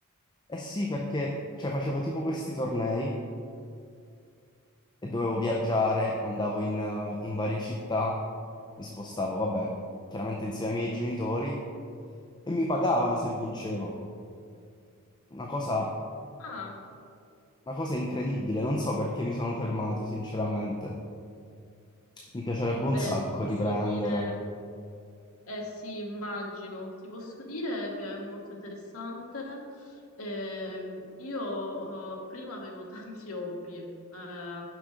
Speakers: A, on the left; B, on the left.
A: eh sì, perché cioè, facevo tipo questi tornei e dovevo viaggiare, andavo in, eh, in varie città, mi spostavo, vabbè, chiaramente insieme ai miei genitori e mi pagavano se vincevo. Una cosa,
B: Ah,
A: una cosa incredibile, non so perché mi sono fermato, sinceramente. Mi piacerebbe
B: beh,
A: un sacco
B: ti posso
A: riprendere.
B: dire. Eh sì, immagino. Ti posso dire che è molto interessante. Ehm, io eh, prima avevo <laughs> tanti hobby, eh,